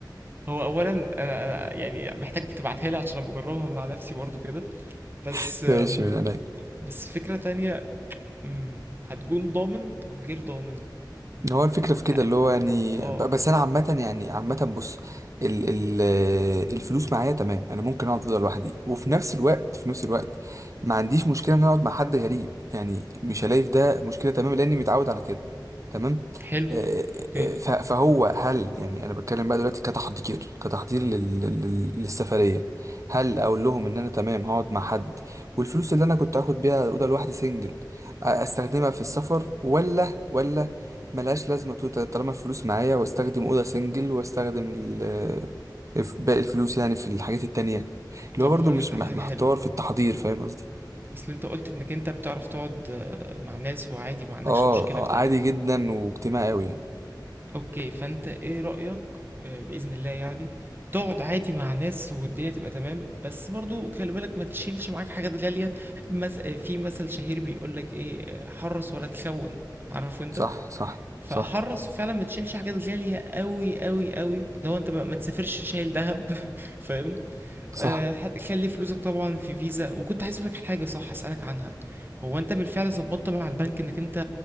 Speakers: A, on the right; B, on the right.
A: هو أولا أنا أنا يعني محتاجك تبعتها لي عشان أنا بجربها مع نفسي برضه كده بس
B: <laughs>
A: آم،
B: ماشي من عينيا
A: بس فكرة تانية مم، هتكون ضامن طب غير ضامن
B: هو الفكرة في كده
A: ه-
B: اللي هو يعني
A: اه
B: ب- بس أنا عامة يعني عامة بص ال ال الفلوس معايا تمام أنا ممكن أقعد أفضل لوحدي وفي نفس الوقت في نفس الوقت ما عنديش مشكلة إن أنا أقعد مع حد غريب يعني مش هلاقي في ده مشكلة تمام لأني متعود على كده تمام
A: حلو
B: آه،
A: اوكي
B: آه، ف- فهو هل يعني أنا بتكلم بقى دلوقتي كتحضير كتحضير لل لل للسفرية هل أقول لهم إن أنا تمام هقعد مع حد والفلوس اللي أنا كنت هاخد بيها أوضة لوحدي سنجل أستخدمها في السفر ولا ولا ملهاش لازمة توتال طالما الفلوس معايا واستخدم أوضة سنجل واستخدم ال- آه، الف- باقي الفلوس يعني في الحاجات التانية اللي
A: طب
B: هو برضو
A: هقولك
B: مش
A: على
B: مح-
A: حاجة
B: محتار
A: حلوة
B: في التحضير فاهم قصدي
A: اصل انت قلت انك انت بتعرف تقعد آه، مع ناس وعادي ما عندكش
B: اه
A: مشكلة
B: آه،
A: في ده
B: عادي جدا واجتماعي أوي يعني
A: اوكي فانت ايه رأيك آه، بإذن الله يعني تقعد عادي مع ناس والدنيا تبقى تمام بس برضو خلي بالك ما تشيلش معاك حاجات غالية المس... آه، في مثل شهير بيقولك ايه آه، حرص ولا تخون عارفه انت
B: صح صح
A: فحرص
B: صح
A: فعلا ما تشيلش حاجات غالية قوي قوي قوي لو انت بقى ما تسافرش شايل ذهب <laughs> فاهم
B: صح
A: آه، ح- خلي فلوسك طبعا في فيزا وكنت عايز اقول لك حاجه صح اسالك عنها هو انت بالفعل ظبطت مع البنك انك انت